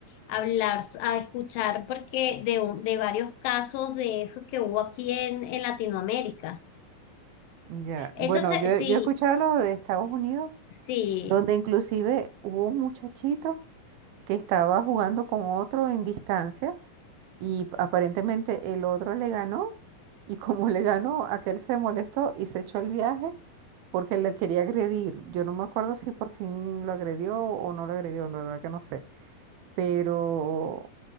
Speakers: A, on the left; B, on the right.
A: hablar, a escuchar, porque de, un- de varios casos de esos que hubo aquí en, en Latinoamérica.
B: Ya,
A: Eso
B: bueno,
A: se-
B: yo,
A: sí,
B: he- yo he escuchado lo de Estados Unidos,
A: sí,
B: donde inclusive hubo un muchachito que estaba jugando con otro en distancia y aparentemente el otro le ganó y como <laughs> le ganó, aquel se molestó y se echó el viaje porque le quería agredir. Yo no me acuerdo si por fin lo agredió o no lo agredió, la verdad que no sé. Pero,